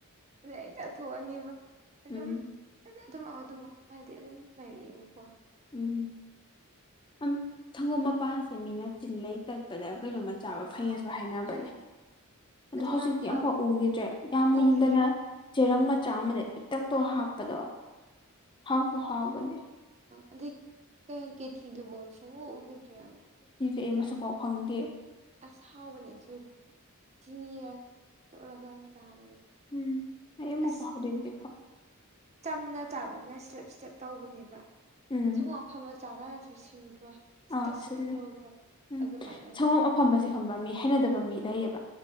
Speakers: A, on the right; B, on the left.
A: ꯑꯗ ꯑꯩ ꯆꯠꯊꯣꯛꯑꯅꯤꯕ ꯑꯗꯨꯝ
B: ꯎꯝ
A: ꯑꯗꯨꯝꯂꯥꯛꯑꫭ ꯑꯗꯨꯝꯂꯥꯛꯑꫭ ꯍꯥꯏꯗꯤ ꯑꯗꯨꯝ ꯂꯩꯔꯤꯛꯑꯦꯕꯀꯣ
B: ꯎꯝ ꯁꯝ ꯁꯪꯒꯣꯝ ꯃꯄꯥꯟꯁꯦ ꯃꯤꯅ ꯆꯤꯜꯂꯩ ꯇꯠꯄꯗ ꯀꯩꯅꯣꯃꯆꯥꯕ ꯐꯩꯌꯦꯁꯨ
A: ꯑꯥ
B: ꯍꯥꯏꯅꯕꯅꯦ
A: ꯐꯩ
B: ꯑꯗꫭ
A: ꯑꯗꯨ
B: ꯍꯧꯖꯤꯛꯇꯤ
A: ꯌꯥꯝ ꯐꯕꯅꯦ
B: ꯑꯝꯐꯥꯎ ꯎꯈꯤꯗ꯭ꯔꯦ ꯌꯥꯝ
A: ꯎꯈꯤꯗ꯭ꯔꯦ
B: ꯏꯟꯗꯅ ꯆꯦꯔꯪ ꯃꯆꯥ
A: ꯎꯝ
B: ꯑꯃꯗ ꯄꯤꯛꯇꯛ ꯇꯣ ꯍꯥꯞꯄꯗꯣ ꯍꯥꯎꯁꯨ ꯍꯥꯎꯕꯅꯦ
A: ꯑꯗꯤ ꯀꯩꯌꯟ ꯀꯦꯊꯤꯗꯨꯕꯝ ꯁꯨꯡꯎ ꯎꯒꯤꯗ꯭ꯔꯦꯑꯕ
B: ꯑꯦ ꯃꯁꯛꯐꯥꯎ ꯐꯪꯗꯦ
A: ꯑꯁ ꯍꯥꯎꯕꯅꯦꯁꯨ ꯆꯤꯅꯤꯒ ꯇꯣꯠꯂꯒ ꯆꯥꯕꯗꯣ
B: ꯎꯝ ꯑꯩ ꯑꯝꯕꯧ
A: ꯑꯁ
B: ꯆꯥꯍꯧꯗꯦ ꯑꯗꯨꯗꯤ
A: ꯆꯝꯅ ꯆꯥꯕꯗꯨꯅ ꯁꯤꯂꯞ ꯁꯤꯂꯞ ꯇꯧꯕꯅꯦꯕ
B: ꯎꯝ
A: ꯁꯪꯒꫭꯝ ꯑꯐꯝꯕꯥ ꯆꯥꯒꯥꯅꯁꯨ ꯁꯤꯟꯗ꯭ꯔꯣ ꯁꯤꯟꯇꯛ
B: ꯑꯥ
A: ꯁꯤꯟꯇꯛ
B: ꯁꯤꯜꯂꯦ
A: ꯇꯧꯗ꯭ꯔꯣ
B: ꯎꯝ
A: ꯑꯗꯨꯃꯥꯏꯅ
B: ꯁꯪꯒꯣꯝ ꯑꯐꯝꯕꯁꯦ ꯈꯪꯕ ꯃꯤ ꯍꯩꯅꯗꯕ ꯃꯤ ꯂꯩꯌꯦꯕ